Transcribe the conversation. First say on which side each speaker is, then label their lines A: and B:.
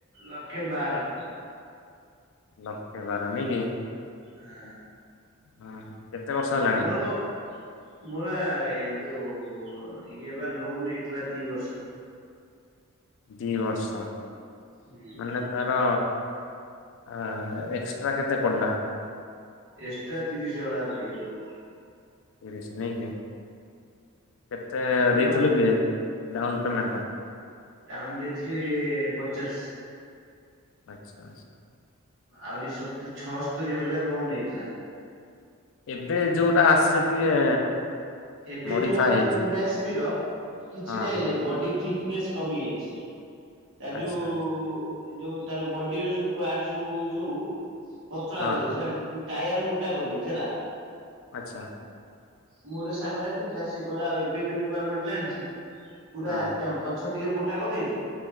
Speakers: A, on the right (about 60°); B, on the left (about 60°).
A: ଲକ୍ଷେ ବାର।
B: ଲକ୍ଷେ ବାର ନାଇଁ କି।
A: ହଁ।
B: ହଁ। କେତେ ବର୍ଷ ହେଲା?
A: ମୋର କଁ ମୋର ବା ଏ ଯୋଉ ଇଏ ବା ଲୋନ ହେଇଥିଲା ଦିଇ ବର୍ଷ।
B: ଦି ବର୍ଷ
A: ହୁଁ
B: ମାନେ ତାର ଏଁ ଏକ୍ସଟ୍ରା କେତେ ପଡ଼ିଲା?
A: ଏକ୍ସଟ୍ରା ତିରିଶ ଭାଳିଆ ପଡିଜାଉଚି।
B: ତିରିଶି ନାଇକି କେତେ
A: ଧରିଲ
B: ଦେଇଥିଲୁ କି ଡାଉନ୍ ପେମେଣ୍ଟଟା?
A: ଡାଉନ୍ ଦେଇଥିଲି ପଚାଶ।
B: ଆଛା ଆଛା।
A: ଆହୁରି ସ ଛଅସ୍ତରୀ ହଜାର ଲୋନ୍ ହେଇଥିଲା।
B: ଏବେ ଯୋଉଟା ଆସିଚି ଟିକେ
A: ଏବେ
B: ମଡିଫାଏ
A: ଯୋଉ ଆଇଛି
B: ହେଇଛି
A: ହୁଣ୍ଡା ଏସ୍ପି ର କିଛି
B: ହଁ
A: ନାହିଁ ରେ ବଡି ଠିକନେସ୍ କମି ଯାଇଛି ତା
B: ଆଚ୍ଛା
A: ଯୋଉ
B: ଆଚ୍ଛା
A: ଯୋଉ ତାର ବଡିର ସବୁ ପାର୍ଟ ସବୁ ସବୁ ପତଳା
B: ହଁ
A: କରିଦେଇଛି ତୁ ଟାୟାର ମୋଟା କରିଦେଇଛି ହେଲା।
B: ଆଚ୍ଛା।
A: ମୋ ଗୋଟେ ସାଙ୍ଗଟା କିଣିଥିଲା ସିଏ କହିଲା ଏବେ ଯୋଉ ନୂଆ ମଡେଲ ଆଣିଛି ପୁରା
B: ହଁ।
A: <inaudible> ପଛ ଟିକେ ମୋଟା କରିଦେଇଛି